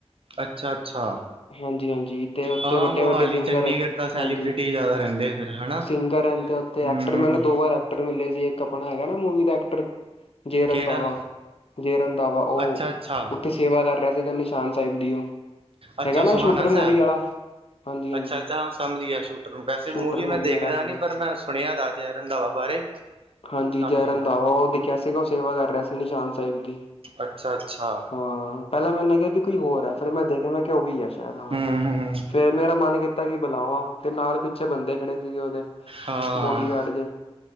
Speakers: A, on the right; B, on the left.
A: ਅੱਛਾ ਅੱਛਾ।
B: ਹਾਂਜੀ ਹਾਂਜੀ ਤੇ ਉੱਥੇ
A: ਹਾਂ
B: ਵੱਡੇ
A: ਮੋਹਾਲੀ
B: ਵੱਡੇ ਸਿੰਗਰ
A: ਚੰਡੀਗੜ੍ਹ ਤਾਂ ਸੈਲੀਬ੍ਰਿਟੀ
B: ਹਾਂਜੀ
A: ਜ਼ਿਆਦਾ ਰਹਿੰਦੇ ਫਿਰ ਹਨਾ
B: ਸਿੰਗਰ ਹਨ ਤੇ ਤੇ
A: ਹੂੰ
B: ਐਕਟਰ ਮੈਨੂੰ ਦੋ ਵਾਰ ਐਕਟਰ ਮਿਲੇ ਸੀ ਇੱਕ ਆਪਣਾ ਹੈਗਾ ਨਾ ਮੂਵੀ ਦਾ ਐਕਟਰ। ਜੇ ਰੰਧਾਵਾ
A: ਕਿਹੜਾ
B: ਜੇ ਰੰਧਾਵਾ ਉਹ
A: ਅੱਛਾ ਅੱਛਾ
B: ਉੱਥੇ ਸੇਵਾ ਕਰ, ਰਿਹਾ ਸੀਗਾ। ਨਿਸ਼ਾਨ ਸਾਹਿਬ ਦੀ ਉਹ।
A: ਅੱਛਾ,
B: ਹੈਗਾ ਨਾ
A: ਸੁਹਾਣਾ
B: ਸ਼ੂਟਰ ਮੂਵੀ
A: ਸੈਬ।
B: ਵਾਲਾ ਹਾਂਜੀ ਹਾਂਜੀ
A: ਅੱਛਾ- ਅੱਛਾ, ਹਾਂ ਸਮਝ ਗਿਆ। ਸ਼ੂਟਰ ਨੂੰ, ਵੈਸੇ ਮੂਵੀ
B: ਸ਼ੂਟਰ
A: ਮੈ ਦੇਖਦਾ
B: ਵਾਲਾ ਹਾਂਜੀ
A: ਨੀ, ਪਰ ਮੈਂ ਸੁਣਿਆ। ਜੈ ਰੰਧਾਵਾ, ਬਾਰੇ।
B: ਹਾਂਜੀ।
A: ਸਮਝ
B: ਜੈ
A: ਗਿਆ
B: ਰੰਧਾਵਾ
A: ਮੈਂ
B: ਉਹ ਦਿਖਿਆ ਸੀਗਾ ਉਹ ਸੇਵਾ ਕਰ ਰਿਹਾ ਸੀ ਨਿਸ਼ਾਨ ਸਾਹਿਬ ਦੀ।
A: ਅੱਛਾ, ਅੱਛਾ।
B: ਹਾਂ ਪਹਿਲਾਂ ਮੈਨੂੰ, ਲੱਗਿਆ ਵੀ ਕੋਈ ਹੋਰ ਹੈ। ਫੇਰ ਮੈਂ ਦੇਖਿਆ, ਮੈਂ ਕਿਹਾ ਉਹੀ ਆ। ਸ਼ਾਇਦ ਹਾਂ
A: ਹੂੰ ਹੂੰ
B: ਫੇਰ ਮੇਰਾ ਮਨ, ਕੀਤਾ ਕਿ ਬੁਲਾਵਾਂ। ਤੇ ਨਾਲ ਪ ਪਿੱਛੇ ਬੰਦੇ, ਖੜੇ ਸੀਗੇ। ਉਹਦੇ
A: ਹਾਂ
B: ਬੋਡੀਗਾਰਡ ਜੇ।